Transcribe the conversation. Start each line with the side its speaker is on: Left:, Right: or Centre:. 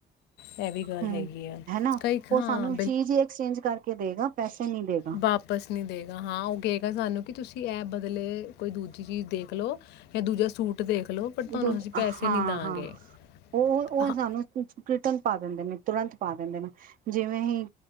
Left: ਇਹ ਵੀ ਗੱਲ
Right: ਹਮ
Left: ਹੈਗੀ ਆ
Right: ਹਨਾ
Left: ਕਈ
Right: ਉਹ
Left: ਹਾਂ
Right: ਸਾਨੂੰ ਜੀ ਜੀ ਐਕਸਚੇਂਜ ਕਰਕੇ ਦੇਗਾ ਪੈਸੇ ਨਹੀਂ ਦੇਗਾ
Left: ਵਾਪਿਸ ਨਹੀਂੀ ਦੇਗਾ ਹਾਂ ਉਹ ਕਏਗਾ ਸਾਨੂੰ ਕਿ ਤੁਸੀਂ ਇਹ ਬਦਲੇ ਕੋਈ ਦੂਜੀ ਚੀਜ਼ ਦੇਖ ਲਓ ਹੈ ਦੂਜਾ ਸੂਟ ਦੇਖ ਲਓ ਬਟ ਤੁਹਾਨੂੰ
Right: ਦ
Left: ਅਸੀਂ ਪੈਸੇ
Right: ਹਾਂ-ਹਾਂ,
Left: ਨਹੀਂ ਦਾਂਗੇ
Right: ਉਹ-ਉਹ
Left: ਹਾਂ
Right: ਸਾਨੂੰ, ਤ ਪਾ ਦਿੰਦੇ ਨੇ ਤੁਰੰਤ ਪਾ ਦਿੰਦੇ ਨੇ ਜਿਵੇਂ ਹੀ